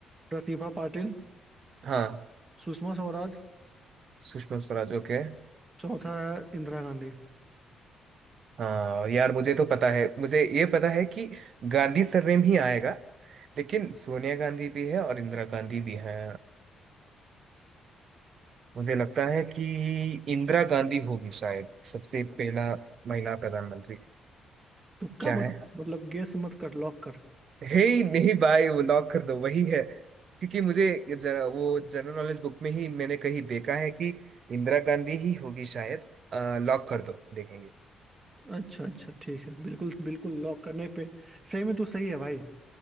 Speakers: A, on the right (about 25°); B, on the right (about 60°).
A: प्रतिभा पाटिल
B: हाँ
A: सुषमा स्वराज
B: सुषमा स्वराज ओके
A: चौथा है इंदिरा गांधी
B: हाँ यार मुझे तो पता है मुझे ये पता है कि गांधी सरनेम ही आएगा लेकिन सोनिया गांधी भी है और इंदिरा गांधी भी है मुझे लगता है कि इंदिरा गांधी होगी शायद सबसे पहला महिला प्रधानमंत्री
A: तुक्का
B: क्या है
A: मत मतलब गेस मत कर लॉक कर
B: हे नहीं भाई वो लॉक कर दो वही है क्योंकि मुझे जरा वो जनरल नॉलेज बुक में ही मैंने कहीं देखा है कि इंदिरा गांधी ही होगी शायद लॉक कर दो देखेंगे
A: अच्छा अच्छा ठीक है बिल्कुल बिल्कुल लॉक करने पे सही में तू सही है भाई